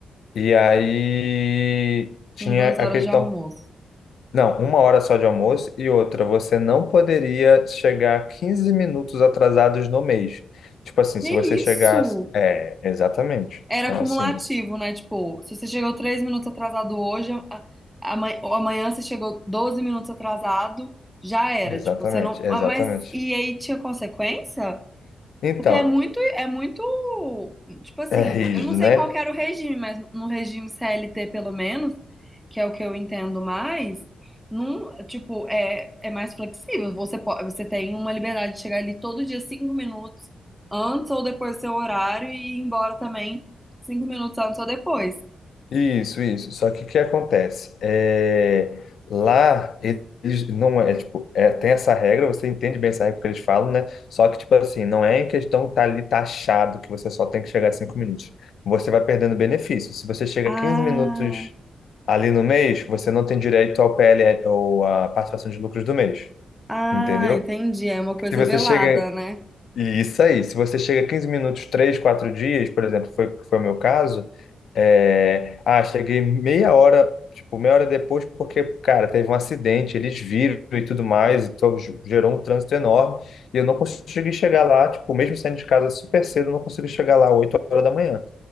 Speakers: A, on the left (about 65°); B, in the centre.
A: e aí tinha
B: Com duas
A: a
B: horas
A: questão
B: de almoço.
A: não, uma hora só de almoço e outra, você não poderia chegar 15 minutos atrasados no mês. Tipo assim,
B: Que
A: se você chegasse.
B: isso?
A: É, exatamente.
B: era
A: Então,
B: cumulativo,
A: assim,
B: né? Tipo, se você chegou três minutos atrasado hoje, a- ama- ou amanhã você chegou 12 minutos atrasado, já era.
A: exatamente,
B: Tipo, você não.
A: exatamente.
B: ah, Mas e aí tinha consequência?
A: Então,
B: Porque é muito, é muito, tipo assim,
A: é rígido,
B: eu não sei
A: né?
B: qual que era o regime, mas no regime CLT, pelo menos, que é o que eu entendo mais, não, tipo, é, é mais flexível. Você pode, você tem uma liberdade de chegar ali todo dia cinco minutos antes ou depois do seu horário e ir embora também cinco minutos antes ou depois.
A: Isso, isso. Só que o que acontece? É, lá eles não é tipo, é, tem essa regra, você entende bem essa regra que eles falam, né? Só que tipo assim, não é em questão que tá ali taxado que você só tem que chegar a cinco minutos. Você vai perdendo benefício. Se você chega
B: Ah,
A: a 15 minutos ali no mês, você não tem direito ao PL ou à participação de lucros do mês,
B: ah,
A: entendeu?
B: entendi. É uma coisa
A: Se você
B: velada,
A: chega
B: né?
A: e isso aí, se você chega 15 minutos, 3 4 dias, por exemplo, foi, foi o meu caso, é, ah, cheguei meia hora, tipo, meia hora depois, porque, cara, teve um acidente, eles viram e tudo mais, então ge- gerou um trânsito enorme, e eu não consegui chegar lá, tipo, mesmo saindo de casa super cedo, eu não consegui chegar lá 8 horas da manhã